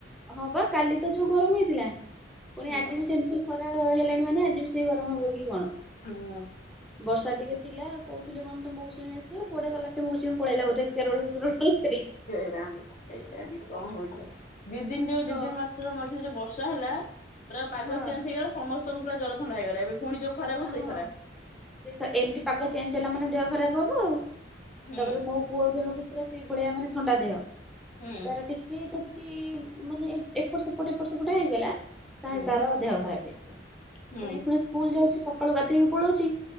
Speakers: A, in the centre; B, on the left.
A: ହଁ ପା କାଲି ତ ଯୋଉ ଗରମ ହେଇଥିଲା। ପୁଣି
B: ହୁଁ
A: ଆଜି ବି ସେମିତି ଖରା ହେଲାଣି ମାନେ ଆଜି ବି ସେ ଗରମ ହବ କି କଣ।
B: ହଁ।
A: ବର୍ଷା ଟିକେ ଥିଲା କୋହୁଥିଲେ କଣତ ମୌସୁମୀ ଆସିବ କୁଆଡେ ଗଲା ସେ ମୌସୁମୀ ପଳେଇଲା ବୋଧେ କେରଳରୁ <unintelligible>
B: କେଜାଣି କେଜାଣି କଣ ହୋଉଚି। ଦିଇ ଦିନି ଯୋଉ ଦି
A: ହଁ।
B: <unintelligible> ସେଇପା ମଝିରେ ଯୋଉ ବର୍ଷା ହେଲା ପୁରା ପାଗ
A: ହଁ
B: ଚେଞ୍ଜ ହେଇଗଲା। ସମସ୍ତଙ୍କୁ ପୁରା ଜର ଥଣ୍ଡା ହେଇଗଲା ଏବେ ଫୁଣି ଯୋଉ ଖରା କୁ ସେଇ
A: ହଁ।
B: ଖରା।
A: ସେ ଏମିତି ପାଗ ଚେଞ୍ଜ ହେଲା ମାନେ ଦେହ ଖରାପ ହବ ଆଉ।
B: ହୁଁ
A: ତାପରେ ମୁଁ ପୁଅ ଦେହବି ପୁରା ସେଇଭଳିଆ ମାନେ ଥଣ୍ଡା ଦେହ।
B: ହୁଁ
A: ତାର ଟି କେ ଯଦି ମାନେ ଏପଟ ସେପଟ ଏପଟ ସେପଟ ହେଇଗଲା। ତାହେଲେ
B: ହୁଁ
A: ତାର ଦେହ ଖରାପ ହେଇ ଯିବ।
B: ହୁଁ
A: ପୁଣି ପୁଣି ସ୍କୁଲ ଯାଉଚି ସକାଳୁ ଗାଧୋଇକି ପଳୋଉଚି।